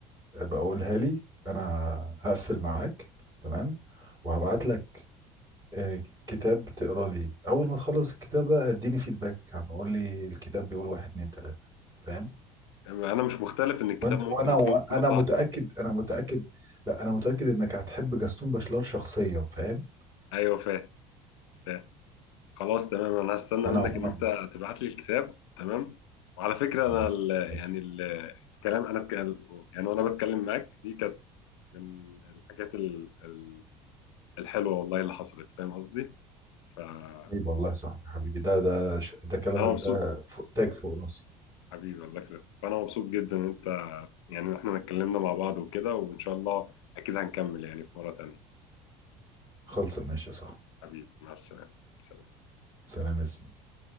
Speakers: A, on the right (about 25°); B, on the left (about 75°).
A: ابقى قولها لي انا هقفل معاك تمام وهبعت لك آه، كتاب تقرا لي اول ما تخلص الكتاب ده اديني فيدباك عنه قول لي الكتاب بيقول واحد اتنين تلاتة فاهم
B: انا مش مختلف ان الكتاب
A: وانت
B: ممكن
A: وانا
B: يكون
A: وانا
B: كله
A: متأكد
B: صح
A: انا متأكد لا انا متأكد انك هتحب جاستون باشلار شخصيا فاهم
B: ايوه فاهم فاهم خلاص تمام انا هستنى
A: انا
B: منك
A: عموما
B: ان انت تبعت لي الكتاب تمام وعلى فكره
A: تمام
B: انا ال...
A: ماشي
B: يعني ال... الكلام انا اتكلم يعني وانا بتكلم معاك دي كانت من الحاجات ال... ال- الحلوه والله اللي حصلت فاهم قصدي فانا
A: حبيبي والله يا صاحبي حبيبي ده ده ش- ده كلامك
B: مبسوط
A: ده فوق تاج فوق راسي
B: حبيبي الله يخليك فأنا مبسوط جدا إن أنت يعني إحنا اتكلمنا مع بعض وكده وإن شاء الله أكيد هنكمل يعني في مرة تانية
A: خلص ماشي يا صاحبي
B: حبيبي مع السلامة سلام
A: سلام يا زميلي